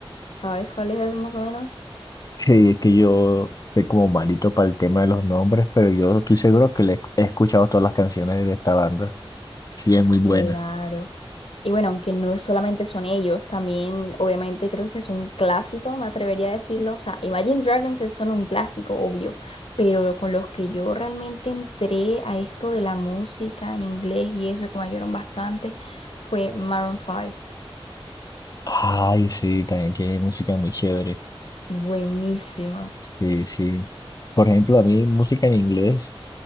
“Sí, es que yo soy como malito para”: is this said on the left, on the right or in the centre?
Left